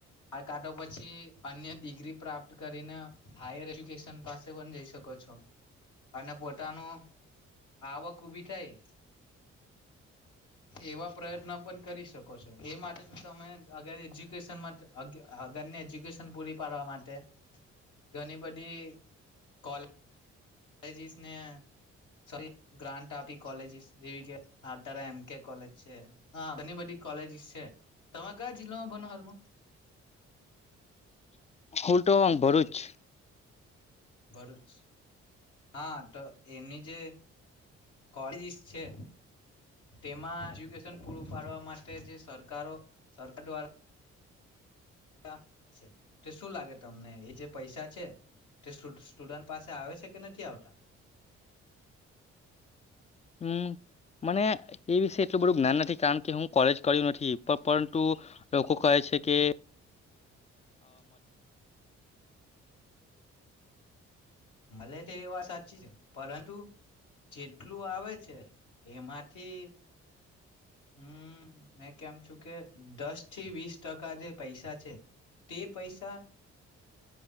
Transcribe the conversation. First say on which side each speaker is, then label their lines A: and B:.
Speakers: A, on the left (about 70°); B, on the left (about 20°).
A: આ કાઢો પછી અન્ય ડિગ્રી પ્રાપ્ત કરીને હાયર એજુકેશન પાસે પણ જઈ શકો છો. અને પોતાનું આવક ઉભી થાય એવા પ્રયત્ન પણ કરી શકો છો. એ માટે તો તમે અગ એજ્યુકેશનમાં અગરની એજ્યુકેશન પૂરી પાડવા માટે. ઘણી બધી જે કોલેજ કોલેજે સ ને સ ગ્રાન્ટ આપી કોલેજીસ જેવી કે એમકે કોલેજ છે હ ઘણી બધી કોલેજીસ છે તમે કયા જિલ્લામાં બનો હાલમાં
B: ઉલટોવા ભરૂચ.
A: ભરૂચ, હા તો એની જે કોલેજીસ છે તેમાં એજ્યુકેશન પૂરું પાડવા માટે જે સરકારો સરકાર દ્વારા અચા છે તો શું લાગે તમને એ જે પૈસા છે તે સ્ટુડન્ટ પાસે આવે છે કે નથી આવતા.
B: હમ મને એ વિષ એટલું બધું જ્ઞાન નથી કારણ કે હું કોલેજ કર્યું નથી પરંતુ લોકો કહે છે કે
A: મલે છે એ વાત સાચી છે પર ટું જેટ કેટલું આવે છે એમાંથી હમ મેં કેમ છુ કે દસ થી વીસ ટકા જે પૈસા છે તે પૈસા